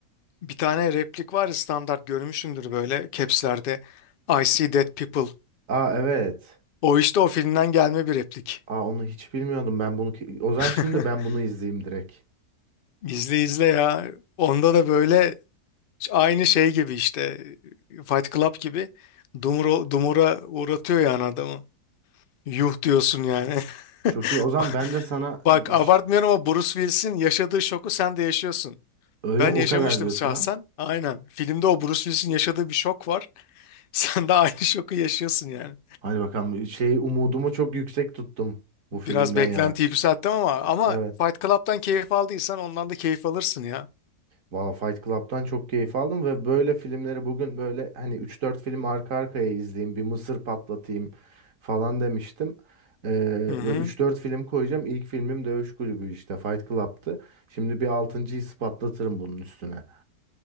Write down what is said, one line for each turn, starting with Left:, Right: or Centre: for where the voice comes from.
Left: Bir tane replik var ya standart görmüşsündür böyle capslerde. I see dead people.
Right: Aa evet.
Left: O işte o filmden gelme bir replik.
Right: Aa onu hiç bilmiyordum ben bunu. ki- O zaman
Left: <laughs>
Right: şimdi ben bunu izleyeyim direkt.
Left: İzle izle ya. Onda da böyle aynı şey gibi işte Fight Club gibi dumura, dumura uğratıyor yani adamı. Yuh diyorsun yani.
Right: Çok iyi. O zaman
Left: <laughs>
Right: ben de sana
Left: Bak
Right: bu
Left: abartmıyorum
Right: ş-
Left: ama Bruce Willis'in yaşadığı şoku sen de yaşıyorsun.
Right: öyle
Left: Ben
Right: o
Left: yaşamıştım
Right: kadar diyorsun
Left: şahsen.
Right: ha.
Left: Aynen. Filmde o Bruce Willis'in yaşadığı bir şok var. <laughs> Sen de aynı şoku yaşıyorsun yani.
Right: Hadi bakalım şey umudumu çok yüksek tuttum bu
Left: Biraz
Right: filmden
Left: beklenti
Right: yana.
Left: yükselttim ama ama
Right: Evet.
Left: Fight Club'dan keyif aldıysan ondan da keyif alırsın ya.
Right: Valla Fight Club'tan çok keyif aldım ve böyle filmleri bugün böyle hani üç dört film arka arkaya izleyeyim, bir mısır patlatayım falan demiştim. Ee,
Left: Hı hı.
Right: böyle üç dört film koyacağım. İlk filmim Dövüş Kulübü işte Fight Club'tı. Şimdi bir 6.'yı patlatırım bunun üstüne.